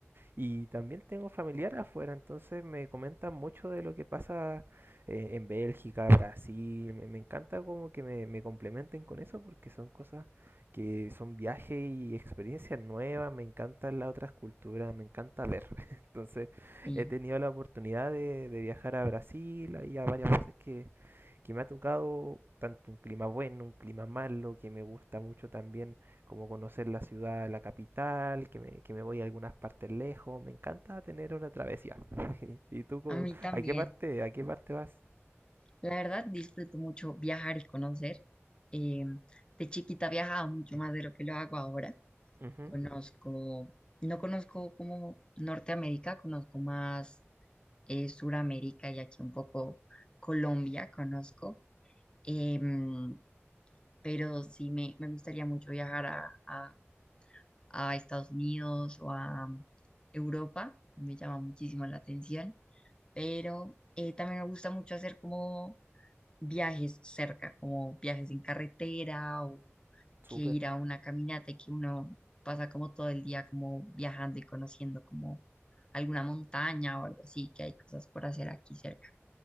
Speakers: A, on the right; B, on the left.
A: Y también tengo familiares afuera, entonces me comentan mucho de lo que pasa eh, en Bélgica, Brasil. Me, me encanta como que me, me complementen con eso porque son cosas que son viajes y experiencias nuevas. Me encantan las otras culturas, me encanta ver. <laughs> Entonces
B: Sí,
A: he tenido la oportunidad de, de viajar a Brasil, ahí a varias veces que que me ha tocado tanto un clima bueno, un clima malo, que me gusta mucho también como conocer la ciudad, la capital, que me, que me voy a algunas partes lejos, me encanta tener una travesía. <laughs> ¿Y tú co-
B: a mí también.
A: a qué parte, a qué parte vas?
B: La verdad, disfruto mucho viajar y conocer. Eh, de chiquita viajaba mucho más de lo que lo hago ahora.
A: Ujú,
B: Conozco, no conozco como Norteamérica, conozco más. eh, Suramérica y aquí un poco Colombia conozco, em, pero sí me, me gustaría mucho viajar a, a- a Estados Unidos o a um, Europa, me llama muchísimo la atención, pero eh, también me gusta mucho hacer como viajes cerca, como viajes en carretera o
A: Súper,
B: que ir a una caminata y que uno pasa como todo el día como viajando y conociendo como alguna montaña o algo así, que hay cosas por hacer aquí cerca.